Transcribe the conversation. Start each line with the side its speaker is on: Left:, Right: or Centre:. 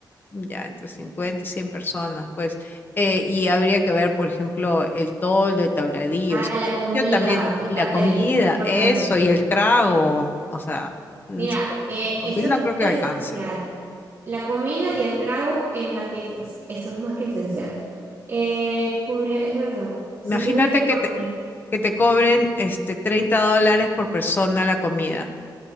Left: Ya, entre 50 y 100 personas, pues. Eh, y habría que ver, por ejemplo, el toldo, el tabladillo,
Right: Ah,
Left: o sea,
Right: la
Left: el sitio
Right: comida,
Left: también,
Right: el
Left: y
Right: catering,
Left: la comida,
Right: es importante.
Left: eso, y el trago. O sea, mm,
Right: Mira,
Left: 5
Right: eh, eso
Left: mil
Right: es
Left: no creo que
Right: esencial.
Left: alcance.
Right: La comida y el trago en las fiestas, eso es más que esencial. Eh, podría- es verdad, sí
Left: Imagínate
Right: tendría que
Left: que
Right: coordinar.
Left: te, que te cobren este, 30 dólares por persona la comida.